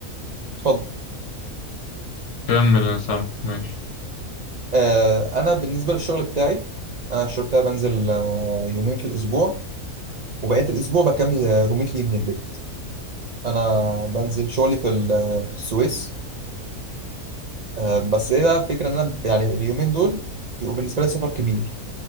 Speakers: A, on the right; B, on the left.
A: اتفضل
B: كمل انا سامع ماشي
A: آه، انا بالنسبه للشغل بتاعي انا الشغل بتاعي بنزل آه، يومين في الاسبوع وبقيه الاسبوع بكمل روميتلي من البيت انا بنزل شغلي في ال- في السويس آه، بس ايه بقى الفكره ان انا يعني اليومين دول بيبقوا بالنسبه لي سفر كبير